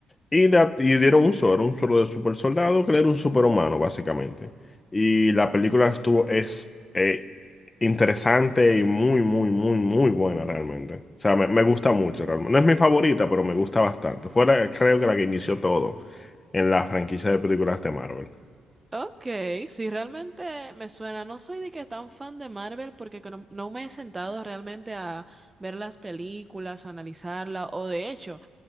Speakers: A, on the left; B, on the right.
A: Y, la, y dieron un solo, era un solo de super soldado, que era un superhumano, básicamente. Y la película estuvo, es eh, interesante y muy, muy, muy, muy buena realmente. O sea, me, me gusta mucho realmente. No es mi favorita, pero me gusta bastante. Fue la- creo que la que inició todo en la franquicia de películas de Marvel.
B: Ok, sí, realmente me suena. No soy de que tan fan de Marvel porque que no, no me he sentado realmente a ver las películas o analizarla. O de hecho,